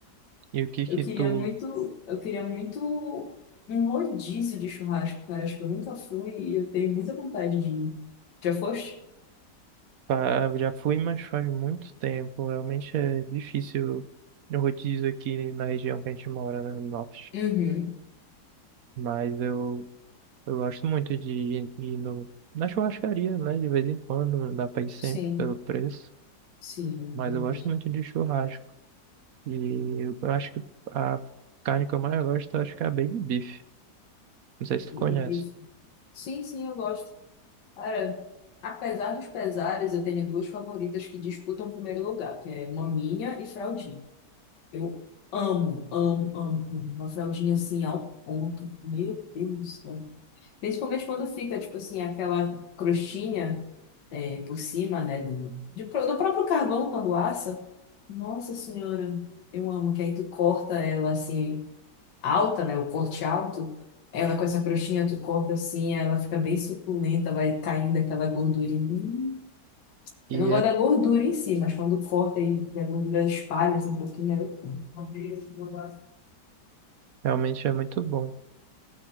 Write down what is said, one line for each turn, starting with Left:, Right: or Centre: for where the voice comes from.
Right: E o que
Left: Eu
Right: que
Left: queria
Right: tu...
Left: muito, eu queria muito um rodízio de churrasco, cara. Acho que eu nunca fui e eu tenho muita vontade de ir. Já foste?
Right: fa- Já fui, mas faz muito tempo. Realmente é difícil o rodízio aqui na região que a gente mora, né, no norte.
Left: Uhum.
Right: Mas eu, eu gosto muito de ir de ir no, na churrascaria, né? De vez em quando, não dá pra ir sempre
Left: Sim,
Right: pelo preço.
Left: sim, é verdade.
Right: Mas eu gosto muito de churrasco. E eu acho que a carne que eu mais gosto, eu acho que é a baby beef. Não sei se tu
Left: E
Right: conhece.
Left: de bife. Sim, sim, eu gosto. Cara, apesar dos pesares, eu tenho duas favoritas que disputam o primeiro lugar, que é maminha e fraldinha. Eu amo, amo, amo, amo. Uma fraldinha assim ao ponto. Meu Deus do céu. Principalmente quando fica, tipo assim, aquela crostinha é, por cima, né? Do, de- do próprio carvão quando assa. Nossa Senhora, eu amo. Que aí tu corta ela assim, alta, né? O corte alto. Ela com essa crostinha, tu corta assim, ela fica bem suculenta, vai caindo aquela gordurinha. Hum.
Right: E
Left: Eu não gosto
Right: é-
Left: da gordura em si, mas quando corta e a gordura espalha assim, um pouquinho, aí eu... amo.
Right: realmente é muito bom.